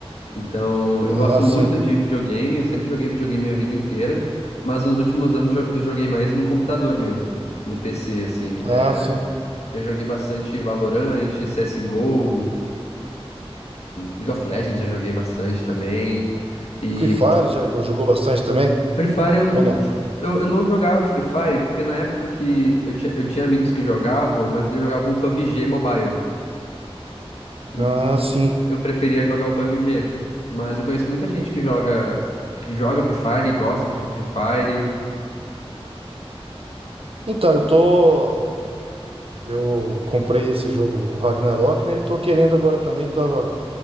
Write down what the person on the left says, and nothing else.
Então, eu
gosto muito
de videogame, eu sempre joguei videogame minha vida inteira, mas nos últimos anos jo- eu joguei mais no computador mesmo, no PC, assim.
é.
Já joguei bastante Valorant, CSGO, League of Legends já joguei bastante também. E
Free Fire eu não,
eu eu não jogava Free Fire, porque na época que eu, ti- eu tinha amigos que jogavam, mas eles jogavam o PUBG Mobile. Então,
eu preferia jogar o PUBG. Mas eu conheço muita gente que joga, que joga Free Fire e gosta de Free Fire.